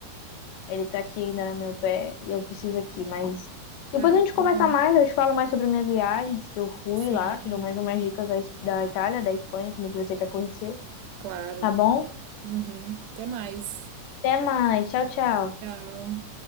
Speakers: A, on the left; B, on the right.
A: ele tá aqui ainda no meu pé e eu preciso aqui, mas depois
B: Ah,
A: a gente
B: tudo
A: conversa
B: bom.
A: mais, eu te falo mais sobre minhas viagens que eu fui
B: Sim,
A: lá, te dou mais umas dicas da, Es- da Itália, da Espanha também que você quer conhecer,
B: claro.
A: tá bom?
B: Uhum. Até mais.
A: Até mais, tchau, tchau.
B: Tchau.